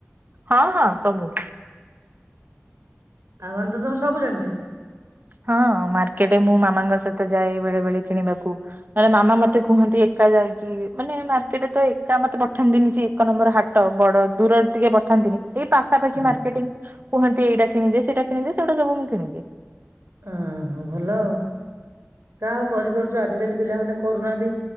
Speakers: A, on the right; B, on the right.
A: ହଁ ହଁ ସବୁ।
B: ତାମାନେ ତ ତମେ ସବୁ ଜାଣିଛ।
A: ହଁ ମାର୍କେଟେ ମୁଁ ମାମାଙ୍କ ସହିତ ଯାଏ ବେଳେ ବେଳେ କିଣିବାକୁ। ନହେଲେ ମାମା ମତେ କୁହନ୍ତି ଏକା ଯାଇକି ମାନେ ମାର୍କେଟ୍ ତ ଏକା ମତେ ପଠାନ୍ତିନି ସିଏ ଏକ ନମ୍ବର ହାଟ ବଡ ଦୂରରେ ଟିକେ ପଠାନ୍ତିନି ଏଇ ପା ତା ପାଖାି
B: ହଁ
A: ମାର୍କେଟିଂ କୁହନ୍ତି ଏଇଟା କିଣିଦେ ସେଇଟା ସବୁ କିଣଦେ ସେଇଗଟା ସବୁଁ କିଣି ଦିଏ।
B: ଉ ହୁଁ ଭଲ ଆଉ। ଯା ହୋଉ କରିପାରୁଛ ଆଜିକାଲି ପିଲାମାନେ କରୁନାହାନ୍ତି